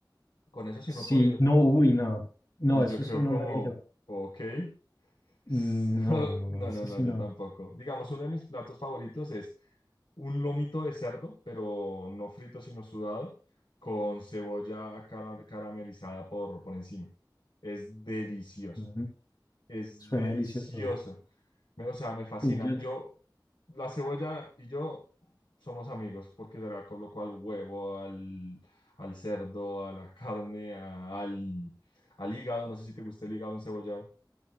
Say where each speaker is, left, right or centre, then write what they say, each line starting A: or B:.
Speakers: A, on the left; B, on the left.
A: Con eso sí
B: Sí,
A: no he podido.
B: no, uy, no. No,
A: Y
B: eso
A: yo quedo
B: sí no
A: como,
B: lo haría yo.
A: ok. <laughs>
B: Mm, No, no, no,
A: No,
B: no, eso
A: no, no,
B: sí
A: yo
B: no.
A: tampoco. Digamos, uno de mis platos favoritos es un lomito de cerdo, pero no frito, sino sudado, con cebolla cara- caramelizada por, por encima. Es delicioso,
B: Mm,
A: es
B: Suena
A: delicioso.
B: delicioso.
A: Me- o sea, me fascina.
B: Sí, yo,
A: Yo, la cebolla y yo somos amigos porque se la coloco al huevo, al, al cerdo, a la carne, a- al, al hígado. No sé si te gusta el hígado encebollado.